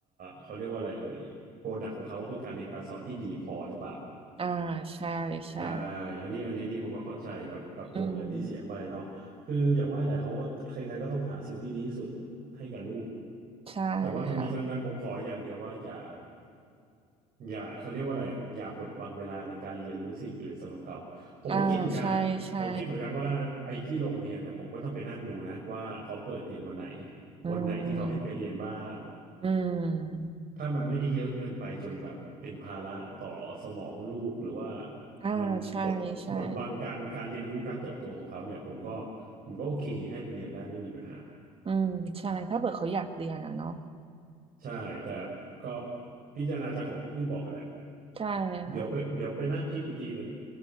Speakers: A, on the right (about 50°); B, on the right (about 30°).
A: เขาเรียกว่าอะไรเอ่ยโปรดักต์ของเขาก็คือการเรียนการสอนที่ดีพอหรือเปล่า
B: อ่าใช่ใช่
A: ใช่อันนี้อันนี้นี่ผมก็เข้าใจกับกับตัวเงินที่เสียไปเนาะคืออย่างว่าแหละเขาก็ใครๆก็ต้องหาสิ่งที่ดีที่สุด
B: อืม
A: ให้กับลูก
B: ใช่
A: แต่ว่าทั้งนี้ทั้งนั้นผมขออย่างเดียวว่าอย่า
B: ค่ะ
A: อย่าเขาเรียกว่าอะไรอะอย่าบดบังเวลาในการเรียนรู้สิ่งอื่นสำหรับเขาผมก็คิดเหมือนกันผมคิดเหมือนกันว่าไอ้ที่โรงเรียนเนี่ยผมก็ต้องไปนั่งดูนะว่าเขาเปิดเรียนวันไหน
B: อ่าใช่ใช่อื
A: วันไหนที่เขาให้ไปเรียนบ้าง
B: ม อืม
A: ถ้ามันไม่ได้เยอะเกินไปจนแบบเป็นภาระต่อสมองลูกหรือว่า
B: อ่าใช่ใช่
A: มันบดบดบังการการเรียนรู้การเติบโตของเขาเนี่ยผมก็ผมก็โอเคให้ไปเรียนได้ไม่มีปัญหา
B: อืมใช่ ถ้าเกิดเขาอยากเรียนอะเนาะ
A: ใช่แต่ก็พิจารณาจากของคุณอุ้ยบอกกันแหละ
B: ใช่ค่ะ
A: เดี๋ยวไปเดี๋ยวไปนั่งคิดอีกทีหนึ่ง